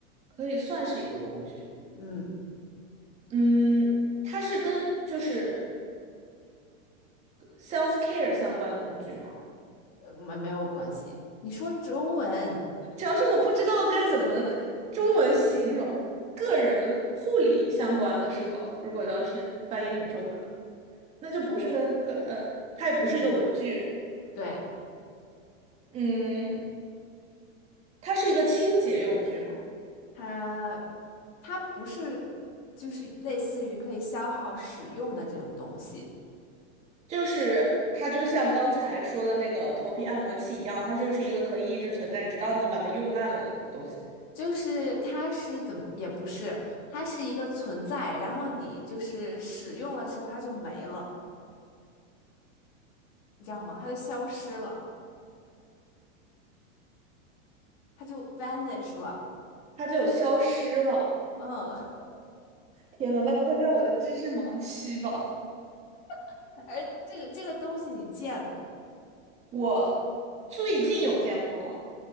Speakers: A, on the right; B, on the left.
A: 可以算是一个工具。
B: 嗯，
A: 嗯，它是跟就是 self care 相关的工具吗？
B: 呃，没没有关系。你说中文，
A: 主要是我不知道该怎么中文形容个人护理相关的是吧？如果要是翻译成中文的，那就不是跟跟呃，它也不是一个文具，
B: 嗯，对，
A: 嗯，它是一个清洁用具嘛，
B: 它它不是就是类似于可以消耗使用的这种东西，
A: 就是它就像刚才说的那个头皮按摩器一样，它就是一个可以一直存在，直到你把它用烂了的东西，
B: 就是它是怎么也不是，它是一个存在，然后你就是使用了之后它就没了，你知道吗？它就消失了，它就 vanish 了。
A: 它就消失了。
B: 嗯，
A: 天呐，那不会在我的知识盲区吧？
B: <laughs> 而这个这个东西你见过？
A: 我最近有见过吗？